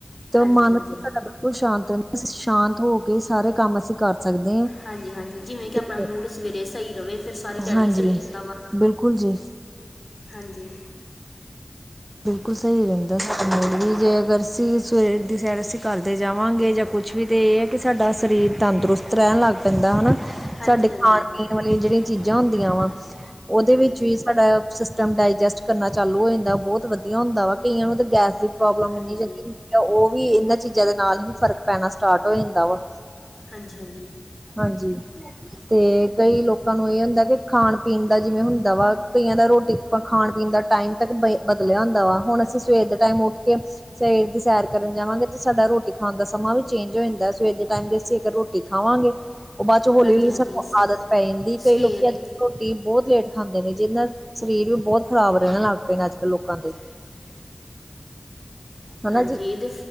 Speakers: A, on the right; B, on the left.
A: ਤੇ
B: ਹਾਂਜੀ
A: ਉਹ ਮਨਡਾ
B: ਹਾਂਜੀ
A: ਬਿਲਕੁਲ ਸ਼ਾਂਤ ਰਹਿ ਸ਼ਾਂਤ ਹੋ ਕੇ ਸਾਰੇ ਕੰਮ ਅਸੀਂ ਕਰ ਸਕਦੇ ਹਾਂ
B: ਹਾਂਜੀ ਹਾਂਜੀ ਜਿਵੇਂ ਕਿ
A: ਤੇ
B: ਆਪਣਾ ਮੂਡ ਸਵੇਰੇ ਸਹੀ ਰਹੇ ਫਿਰ ਸਾਰੀ ਦਿਹਾੜੀ
A: ਹਾਂਜੀ
B: ਸਹੀ ਰਹਿੰਦਾ ਵਾ।
A: ਬਿਲਕੁਲ ਜੀ
B: ਹਾਂਜੀ।
A: ਬਿਲਕੁਲ ਸਹੀ ਰਹਿੰਦਾ ਹੈ।
B: <inaudible>
A: ਜੇ ਅਗਰ ਅਸੀਂ ਸਵੇਰ ਦੀ ਸੈਰ ਅਸੀਂ ਕਰਦੇ ਜਾਵਾਂਗੇ ਜਾਂ ਕੁਛ ਵੀ ਤਾਂ ਇਹ ਹੈ ਕਿ ਸਾਡਾ ਸਰੀਰ ਤੰਦਰੁਸਤ। <unintelligible> ਲੱਗ ਪੈਂਦਾ ਹਨਾ
B: ਹਾਂਜੀ
A: ਸਾਡੇ
B: ਹਾਂਜੀ
A: ਖਾਣ ਪੀਣ ਵਾਲੀਆਂ ਜਿਹੜੀਆਂ ਚੀਜ਼ਾਂ ਹੁੰਦੀਆਂ ਵਾ। ਉਹਦੇ
B: ਹਾਂਜੀ
A: ਵਿੱਚ ਵੀ ਸਾਡਾ। ਸਿਸਟਮ ਡਾਇਜੈਸਟ ਕਰਨਾ ਚਾਲੂ ਹੋ ਜਾਂਦਾ ਬਹੁਤ ਵਧੀਆ ਹੁੰਦਾ ਵਾ ਕਈਆਂ ਨੂੰ ਤਾਂ ਗੈਸ ਦੀ। ਪ੍ਰੋਬਲਮ
B: ਹਾਂਜੀ
A: ਹੁੰਦੀ ਆ
B: ਹਾਂਜੀ
A: ਉਹ ਵੀ ਇਹਨਾਂ ਚੀਜ਼ਾਂ ਦੇ ਨਾਲ ਹੀ ਫਰਕ ਪੈਣਾ ਸਟਾਰਟ ਹੋ ਜਾਂਦਾ ਵਾ।
B: ਹਾਂਜੀ ਹਾਂਜੀ।
A: ਹਾਂਜੀ ਤੇ ਕਈ ਲੋਕਾਂ ਨੂੰ ਇਹ ਹੁੰਦਾ ਕਿ ਖਾਣ। ਪੀਣ ਦਾ ਜਿਵੇਂ ਹੁੰਦਾ ਵਾ ਕਈਆਂ ਦਾ ਰੋਟੀ। ਖਾਣ-ਪੀਣ ਦਾ ਟਾਈਮ ਤੱਕ ਬ ਬਦਲਿਆ ਹੁੰਦਾ ਵਾ ਹੁਣ ਅਸੀਂ ਸਵੇਰ ਦੇ ਟਾਈਮ ਉੱਠ ਕੇ ਸਵੇਰ ਦੀ ਸੈਰ ਕਰਨ ਜਾਵਾਂਗੇ, ਤੇ ਸਾਡਾ ਰੋਟੀ ਖਾਣ ਦਾ ਸਮਾਂ ਵੀ ਚੇਂਜ ਹੋ ਜਾਂਦਾ ਸਵੇਰ ਦੇ ਟਾਈਮ ਦੀ ਅਸੀਂ ਅਗਰ ਰੋਟੀ ਖਾਵਾਂਗੇ, ਉਹ ਬਾਅਦ ਚ ਹੌਲੀ-ਹੌਲੀ
B: ਹਾਂਜੀ ਹਾਂਜੀ
A: ਸਾਨੂੰ
B: ਸ
A: ਆਦਤ ਪੈ ਜਾਂਦੀ ਕਈ
B: ਸਵੇਰ
A: ਲੋਕੀ ਅੱਜ‌ ਰੋਟੀ ਬਹੁਤ ਲੇਟ ਖਾਂਦੇ ਨੇ ਜਿਹਦੇ ਨਾਲ ਸਰੀਰ ਵੀ ਬਹੁਤ ਖ਼ਰਾਬ ਰਹਿਣ ਲੱਗ ਪਏ ਨੇ ਅੱਜ-ਕੱਲ੍ਹ ਲੋਕਾਂ ਦੇ।
B: ਤੇ <inaudible> ਹਾਂਜੀ,
A: ਹਨਾ ਜੀ
B: ਇਹਦੇ